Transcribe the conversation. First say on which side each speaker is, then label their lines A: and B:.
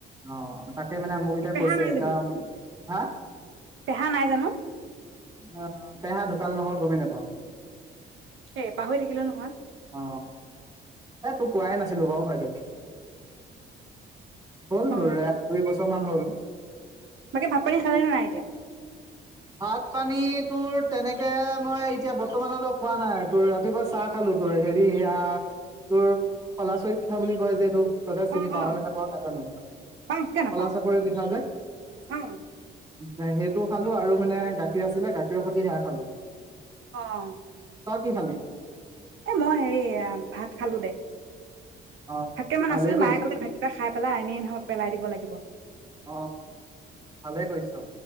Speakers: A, on the right (about 20°); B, on the right (about 75°).
A: আহ' তাকে মানে মোক এতিয়া
B: পেহা
A: কৈছে,
B: নাই
A: ‌ এতিয়া
B: জানো
A: হা
B: পেহা নাই জানো
A: আহ' পেহা ঢুকাল নহয় গমেই নাপাওঁ।
B: এ' পাহৰি থাকিলো নহয়।
A: অ এ' তোক কোৱাই না তেনেকুৱাও হয় দে। হল
B: অ
A: <unintelligible> দুই বছৰ মান হ'ল।
B: বাকী ভাত পানী খালে নে নাই এতিয়া
A: ভাত পানীত তোৰ তেনেকে মই এতিয়া বৰ্তমানলৈ কোৱা নাই তোৰ ৰাতিপুৱা চাহ খালো তোৰ হেৰি এইয়া তোৰ কলাচৰি পিঠা বুলি কয় যে এইটো <unintelligible> চিনি
B: অ
A: পাও
B: অ
A: নে নোপাও নাজানো।
B: পাওঁ কিয় নাপাওঁ
A: খলা চাপৰি পিঠা যে
B: অ
A: সেই টো খালো আৰু মানে গাখীৰ আছিলে গাখীৰৰ সৈতে হেয়া খালো।
B: অ'।
A: তই কি খালি?
B: এ' মই হেৰি ভাত খালো দে।
A: অ
B: ভাত কেইটামান
A: ভালে
B: আছিল,
A: কৰিছ
B: মায়ে কলে ভাতকেইটা খাই পেলা আ এনেই ধৰ পেলাই দিব লাগিব।
A: অহ ভালেই কৰিছ।